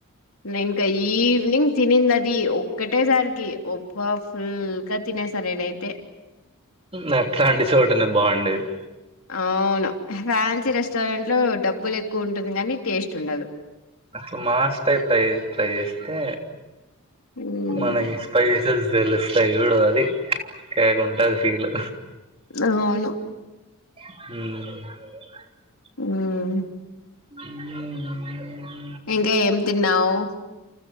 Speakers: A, on the left; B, on the right.
A: నే ఇంకా ఈవినింగ్ తిన్నిది అది ఒక్కటేసరికి ఒ వావ్ ఫుల్‌గా తినేసా నేనైతే
B: నట్లాంటి చోటనే బావుండేది
A: అవును ఫ్యాన్సీ రెస్టారెంట్ లో డబ్బులు ఎక్కువ ఉంటుంది గానీ టేస్ట్ ఉండదు
B: అట్ల మాస్ టైప్ తే తేట్లా జేస్తే
A: మ్మ్.
B: మనకి స్పైసెస్ తెలుస్తాయి జూడు అది కేకుంటది ఫీల్
A: అవును
B: ఉమ్మ్
A: ఉమ్మ్
B: ఉమ్ ఉమ్
A: ఇంకా ఏం తిన్నావ్